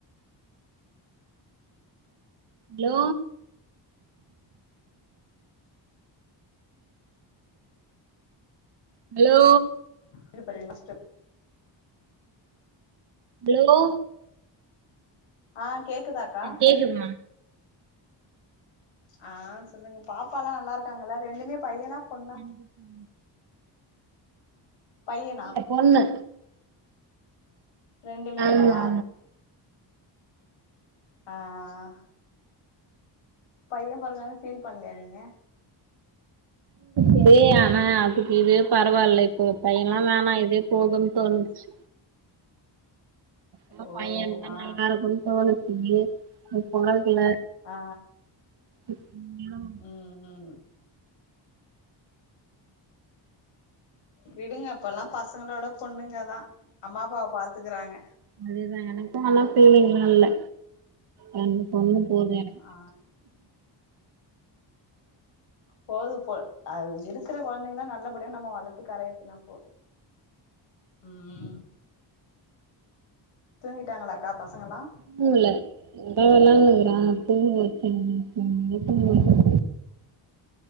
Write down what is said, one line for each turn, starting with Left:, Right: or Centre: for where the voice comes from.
Right: ஹலோ ஹலோ
Left: இது படிங்க ஃபர்ஸ்ட்
Right: ஹலோ
Left: ஆ கேக்குதாக்கா
Right: கேக்குதுமா
Left: ஆ சொல்லுங்க பாப்பாலா நல்லா இருக்காங்களா ரெண்டுமே பையனா பொண்ணா
Right: இருக்கே
Left: பையனா
Right: இல்ல பொண்ணு
Left: ரெண்டுமே
Right: ஆமா
Left: வா ஆ ஆ ஆ பைய பொறக்கலன்னு ஃபீல் பண்ணலயா நீங்க
Right: இதே ஆனா அதுக்கு இதே பரவாயில்ல இப்ப பையன்ல்லா வேணா இதே போதுன்னு தோணுச்சு ஒரு
Left: ஓ
Right: பைய இருந்தா
Left: ஆ
Right: நல்லா இருக்குன்னு தோணுச்சு அது பொறக்கல
Left: ஆ
Right: ம் மியாவ்
Left: ம் ம் விடுங்க இப்பெல்லா பசங்களோட பொண்ணுங்க தா அம்மா அப்பாவ பாத்துக்குறாங்க
Right: அதுதா எனக்கு ஆனா ஃபீலிங்லா இல்ல ரெண்டு பொண்ணு போது எனக்கு
Left: ஆ போது பொ அது இருக்குற கொழந்தைங்கள நல்லபடியா நம்ம வள த்து கரையேத்துனா போது ம் தூங்கிட்டாங்களாக்கா பசங்களா
Right: தூங்கல தேவ இல்லாம இருக்குறாங்க தூங்க சொன்னா தூங்கல